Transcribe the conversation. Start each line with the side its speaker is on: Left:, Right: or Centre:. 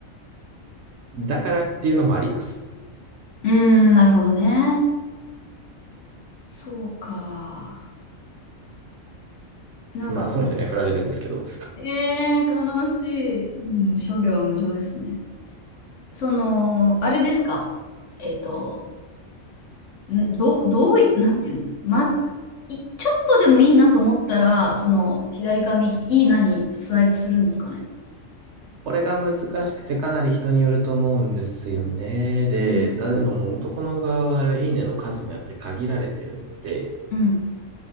Right: だからっていうのもあります。
Left: うーん、なるほどね。そうか。なんかその、
Right: まあ、その人には振られるんですけど、
Left: えー、悲しい。うん、諸行は無常ですね。その、あれですか。えっと、んど、どうい、なんていうのま、い、ちょっとでもいいなと思ったら、その、左か右、いいなにスワイプするんですかね。
Right: これが難しくてかなり人によると思うんですよね。で、
Left: うん、
Right: だでも男の側はいいねの数もやっぱり限られてるので、
Left: うん、